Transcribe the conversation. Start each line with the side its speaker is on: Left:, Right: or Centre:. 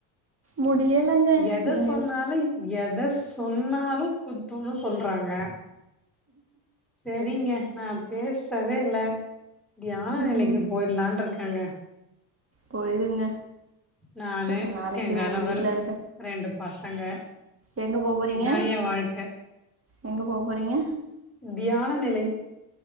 Right: முடியலங்க
Centre: எத
Right: நீங்க
Centre: சொன்னாலு எத சொன்னாலு குத்தோன்னு சொல்றாங்க சே ரிங்க நா பேசவே இல்ல தியான
Right: ம்
Centre: நிலைக்கு போயிட்லான்னு இருக்கேங்க
Right: போயிருங்க
Centre: நானு
Right: கொஞ்சம் நாளைக்கு
Centre: என் கணவர்
Right: உங்கள் வீட்டில்
Centre: ரெண்டு பசங்க
Right: எங்க போ போறீங்க
Centre: இதா என் வாழ்க்க
Right: எங்க போ போறீங்க
Centre: தியான நிலை